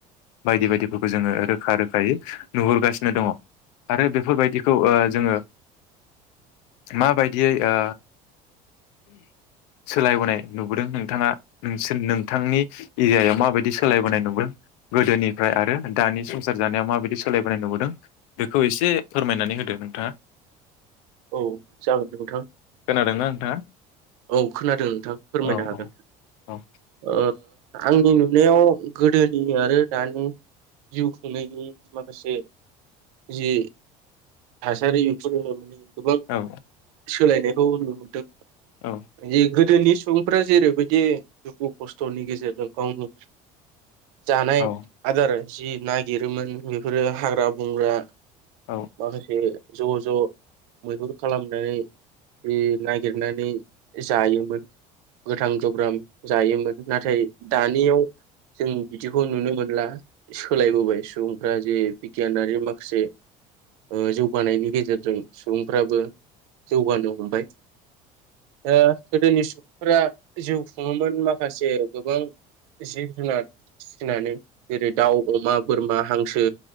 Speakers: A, on the left; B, on the right.
A: बायदि बायदिफोरखौ जोङो रोखा रोखायै नुहुरगासिनो दङ आरो बेफोरबायदिखौ ओ जोङो माबायदियै ओ सोलायबोनाय नुबोदों नोंथाङा नोंसोर नोंथांनि एरियायाव माबायदि सोलायबोनाय नुबोदों गोदोनिफ्राय आरो दानि संसार जानायाव माबायदि सोलायबोनाय नुबोदों बेखौ एसे फोरमायनानै होदो नोंथाङा
B: औ जागोन नोंथां
A: खोनादोंना नोंथाङा
B: औ खोनादों नोंथां फोरमायनो
A: औ
B: हागोन
A: औ
B: ओ आंनि नुनायाव गोदोनि आरो दानि जिउ खुंनायनि माखासे जि थासारि बेफोरो माने गोबां
A: औ
B: सोलायनायखौ नुहुरदों
A: औ
B: माने गोदोनि सुबुंफ्रा जेरैबायदि दुखु खस्थ'नि गेजेरजों गावनि जानाय
A: औ
B: आदार जि नागिरोमोन बेफोरो हाग्रा बंग्रा
A: औ
B: माखासे ज' ज' मैहुर खालामनानै बे नागिरनानै जायोमोन गोथां गोब्राम जायोमोन नाथाय दानियाव जों बिदिखौ नुनो मोनला सोलायबोबाय सुबुंफ्रा जे बिगियानारि माखासे ओ जौगानायनि गेजेरजों सुबुंफ्राबो जौगानो हमबाय ओ गोदोनि सुबुं फ्रा जिउ खुङोमोन माखासे गोबां जिब जुनाद फिसिनानै जेरै दाउ अमा बोरमा हांसो